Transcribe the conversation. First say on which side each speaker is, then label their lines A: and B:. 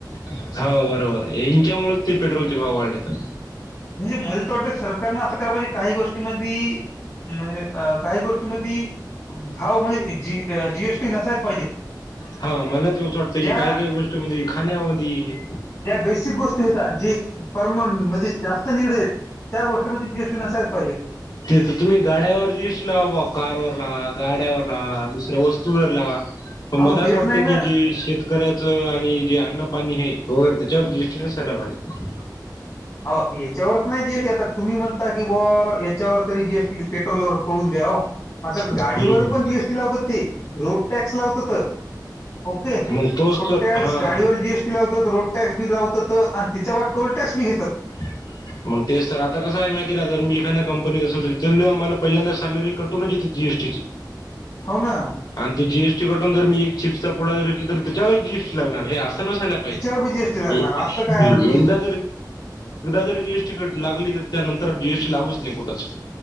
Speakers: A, on the left (about 80°); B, on the left (about 45°).
A: हो, बरोबर. इंच्यामुळेच ते पेट्रोलचे भाव वाढलेत.
B: म्हणजे मला तर वाटत, सरकारनं असं करा पाहिजे काही गोष्टी म म्हणजे अ काही गोष्टी मधी, भाव म्हणजे जी जी. एस. टी नसायला पाहिजेत.
A: हा मला तसच वाटतं, की
B: ज्या
A: काय काही गोष्टी मधी, खाण्यामध्ये
B: ज्या बेसिक गोष्टी होेतात, जे परमान म्हणजे जास्त निगडे, त्या गोष्टीमध्ये जीएसटी नसायच पाहिजे.
A: ते तर तुम्ही गाड्यावर जी. एस. टी लावा बा, कारवर लावा, गाड्यावर लावा, दुसऱ्या वस्तूवर लावा. मला
B: अहो
A: असं
B: तेच
A: वाटतं
B: नाही ना
A: की, जी शेत शेतकऱ्याचं, आणि जे अन्न पाणी हे वैगेरे त्याच्यावर जी. एस. टी नसायला पाहिजे.
B: हो, हेच्यावर पण हाय जी. एस. टी आता तुम्ही म्हणता की बावा, याच्यावर तरी जी. एस. टी पेट्रोलवर कळून द्या मात्र
A: हम्म
B: गाडीवर
A: हम्म
B: पण जी. एस. टी लावतात ते, रोड टॅक्स लावतात. ओके,
A: मग तोच
B: रोड
A: तर
B: टॅक्स,
A: हां
B: गाडीवर
A: हां
B: जी. एस लावतात, रोड टॅक्स बी लावतात, आणि त्याच्यावर टोल टॅक्स बी घेतात.
A: <inaudible> मग तेच तर आता कसं आहे माहिती आहे का, जर मी एखाद्या कंपनीत असल मला पहिल्यांदा सॅलरी कटूनच येते जी. एस. टी. ची. <inaudible>
B: हो ना.
A: आणि ती जी. एस. टी कडून जर मी एक चिप्सचा पुडा जरी घेतला तर, त्याच्यावर जी. एस. टी लागणार, हे असं नसाला एकदा
B: त्याच्यावर
A: ज
B: बी जीएसटी लागणार
A: जी. एस.
B: असं काय
A: टी
B: आहे म्हणजे
A: एकदा जर जी. एस. टी लागली तर, त्यानंतर जी. एस. टी लागूच नाही कुठंच.